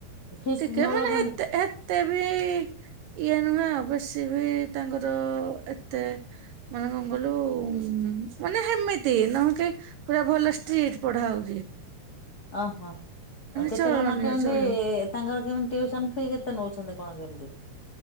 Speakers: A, on the left; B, on the right.
A: ଫିସ୍
B: ଟିକେ
A: ଭଲ
B: ମାନେ
A: କେମ
B: ହେତେ ହେ ତେ ବି ଇଏ ନୁହେଁ ଅବଶ୍ୟ ବି ତାଙ୍କର ଏତେ ମାନେ କଣ କହିଲୁ ମାନେ ହେମିତି ନୁହଁ କିପୁରା ଭଲସେ ଷ୍ଟ୍ରଟି ପଢା ହୋଉଚି।
A: ଓହୋ ଅଁ କେତେ
B: ଚଳନୀୟ
A: କଣ କେମତି?
B: ଚଳିବ
A: ତାଙ୍କର କେମିତି ଟିଉସନ ଫି କେତେ ନୋଉଚନ୍ତି କଣ କେମିତି?